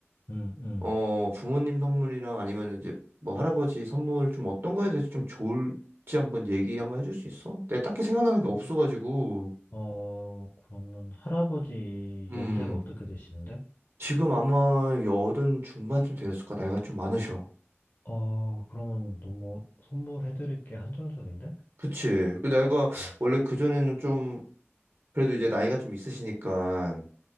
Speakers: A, on the left; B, on the right.
A: 음, 음.
B: 어 부모님 선물이랑 아니면 이제 뭐 할아버지 선물 좀 어떤 거에 대해서 좀 좋을지 한번 얘기 한번 해줄 수 있어? 내가 딱히 생각나는 게 없어가지고.
A: 네. 어, 그러면 할아버지
B: 음.
A: 연세가 어떻게 되시는데?
B: 지금 아마 여든 중반쯤 되었을까? 나이가 좀 많으셔.
A: 어, 그러면 너무 선물해드릴 게 한정적인데?
B: 그치. 그 나이가
A: 음.
B: 원래 그전에는 좀 그래도 이제 나이가 좀 있으시니까